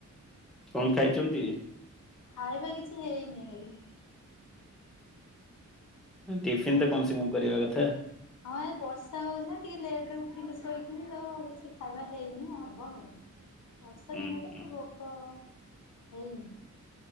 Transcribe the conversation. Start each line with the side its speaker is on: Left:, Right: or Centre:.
Centre: କଣ ଖାଇଛନ୍ତି?
Left: ଖାଇବା କିଛି ହେଇନି ବେଲେ
Centre: ଟିଫିନ
Left: ଆଜ୍ଞା।
Centre: ତ କମ ସେ କମ କରିବା କଥା?
Left: ହଁ ଏ ବର୍ଷା ହଉଛି ନା ଟିକେ ଲେଟ ରେ ଉଠିଲୁ ଶୋଇକିନି ତ କିଛି ଖାଇବା ହେଇନି ହବ ଆଉ। ବର୍ଷା
Centre: ହୁଁ
Left: ଦିନ ଟା
Centre: ହୁଁ
Left: ତ ରୋକ ହେଇନି।